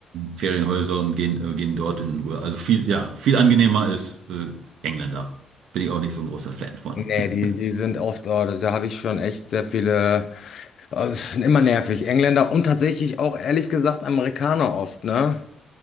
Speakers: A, on the right; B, on the left.
A: Ferienhäuser und gehen, äh, gehen dort in Urlaub. Also viel, ja, viel angenehmer als äh, Engländer. Bin ich auch nicht so ein großer Fan von.
B: Nee,
A: <laughs>
B: die, die sind oft, oh, da habe ich schon echt sehr viele, oh, das sind immer nervig. Engländer und tatsächlich auch ehrlich gesagt Amerikaner oft, ne?